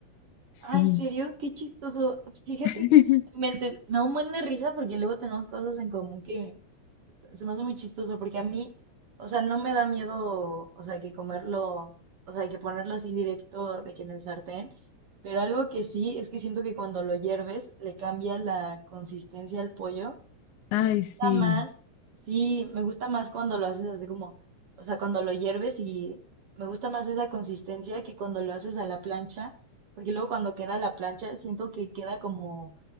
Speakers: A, on the left; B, on the right.
A: Sí.
B: Ah, ¿en serio? Qué chistoso. Fíjate,
A: <laughs>
B: me, mente- me da un buen de risa porque luego tenemos cosas en común que se me hace muy chistoso porque a mí, o sea, no me da miedo, o sea, que comerlo, o sea, que ponerlo así directo de que en el sartén, pero algo que sí es que siento que cuando lo hierves le cambia la consistencia al pollo y
A: Ay,
B: me gusta
A: sí.
B: más, sí, me gusta más cuando lo haces así como, o sea, cuando lo hierves y me gusta más esa consistencia que cuando lo haces a la plancha, porque luego cuando queda a la plancha siento que queda como,